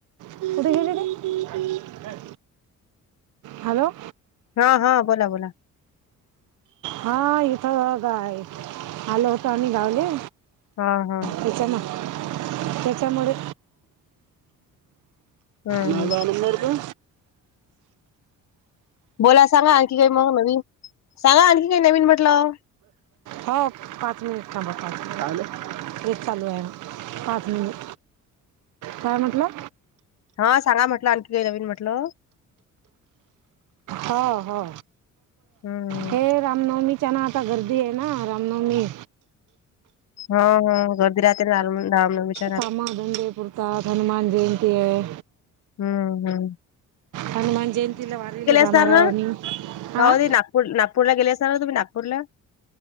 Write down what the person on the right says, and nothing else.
कुठ गेली रे? हॅलो.
हा इथं गाय आलो होतो आम्ही गावले.
त्याच्या म त्याच्यामुळे
माझा नंबर त्यो
हो पाच मिनिट थांबा पाच मिनिट. ट्रेक चालू आहे पाच मिनिट काय म्हटलं.
हा हा
हे रामनवमीच्याना आता गर्दी येना रामनवमी.
कामा दंडे पुुरतात हनुमान जयंती आहे.
हनुमान जयंतीले वारीले जाणार
आहोत आम्ही.
आं.